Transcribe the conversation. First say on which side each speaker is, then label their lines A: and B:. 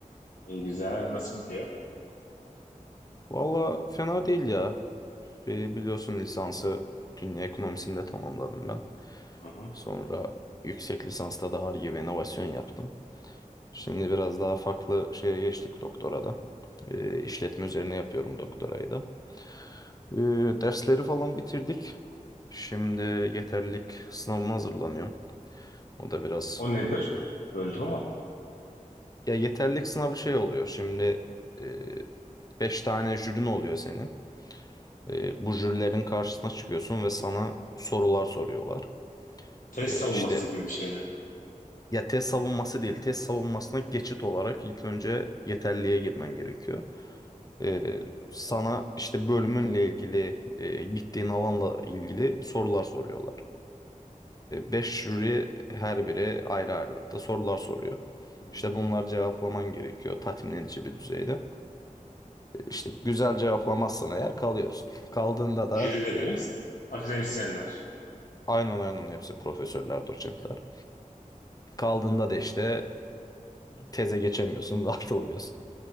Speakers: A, on the left; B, on the left.
A: iyi güzel. Nasıl gidiyor?
B: Vallahi fena değil ya. Ee, biliyorsun lisansı dünya ekonomisinde tamamladım ben.
A: Hı hı.
B: Sonra yüksek lisansta da Ar-Ge ve inovasyon yaptım. Şimdi biraz daha farklı şeye geçtik doktorada. Ee, işletme üzerine yapıyorum doktorayı da. Ee, dersleri falan bitirdik. Şimdi yeterlilik sınavına hazırlanıyorum. O da biraz
A: O nedir?
B: e,
A: Böldüm ama.
B: ya yeterlilik sınavı şey oluyor. Şimdi e, 5 tane jürin oluyor senin. E, bu jürilerin karşısına çıkıyorsun ve sana sorular soruyorlar.
A: Test
B: E,
A: savunması
B: işte
A: gibi bir şey mi?
B: ya test savunması değil, test savunmasına geçit olarak ilk önce yeterliğe girmen gerekiyor. E, sana işte bölümünle ilgili, e, gittiğin alanla ilgili sorular soruyorlar. 5 jüri her biri ayrı ayrılıkta sorular soruyor.
A: Hı
B: İşte bunları cevaplaman gerekiyor tatmin edici bir düzeyde. İşte güzel cevaplamazsan eğer kalıyorsun. <laughs> Kaldığında da
A: Jüri dediğimiz
B: e,
A: akademisyenler.
B: aynen aynen hepsi profesörler, doçentler. Kaldığında da işte e, teze geçemiyorsun ve <laughs> atılıyorsun.